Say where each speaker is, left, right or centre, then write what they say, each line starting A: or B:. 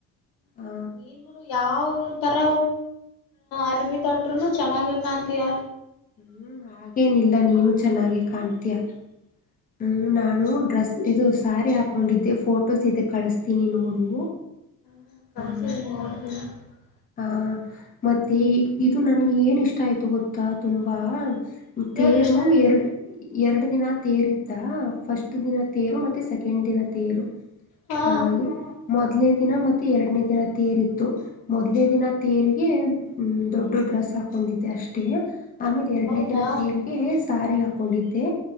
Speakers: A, on the left; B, on the left.
A: ಆ
B: ನೀರುಗಳು ಯಾವ ಈ ತರ ಅರ್ಬಿ ತೊಟ್ರುೂನು ಚೆನ್ನಾಗ ಕಾಂತೀಯ.
A: ಹ್ಮ್ ಹಾಗೇನಿಲ್ಲ ನೀನು ಚೆನ್ನಾಗೆ ಕಾಣ್ತೀಯ. ಹ್ಮ ನಾನು ಡ್ರೆಸ್ ಇದು ಸ್ಯಾರಿ ಹಾಕೊಂಡಿದ್ದೆ ಫೋಟೋಸ್ ಇದೆ ಕಳಿಸತೀನಿ ನೋಡು.
B: <unintelligible>
A: ಹಾ ಹಾ ಮತ್ತೆ ಇದು ನನ್ಗೆ ಏನ್ ಇಷ್ಟ ಆಯ್ತು ಗೊತ್ತಾ? ತುಂಬಾ ತೇರು
B: ಏನ್ ಇಷ್ಟ ಆಯ್ತು
A: ಎರಡ ಎರಡು ದಿನ ತೇರ ಫಸ್ಟ್ ದಿನ ತೇರು ಮತ್ತೆ ಸೆಕೆಂಡ್ ದಿನ. ತೇರು
B: ಹಾ
A: ಹಾಗೆ ಮೊದ್ಲೇ ದಿನ್ ದಿನ ಮತ್ತೆ ಎರಡನೇ ದಿನ ತೇರಿತ್ತು. ಮೊದ್ಲೇ ದಿನ ತೇರಿಗೆ. ಹ್ಮ ದೊಡ್ಡ ಡ್ರೆಸ್ ಹಾಕೊಂಡಿದ್ದೆ ಅಷ್ಟೇ. ಆಮೇಲೆ ಎರಡನೇ
B: ಹೌದಾ
A: ದಿನ ತೀರ್ಗೆ ಸಾರಿ ಹಾಕೊ ಕೊಂಡಿದ್ದೆ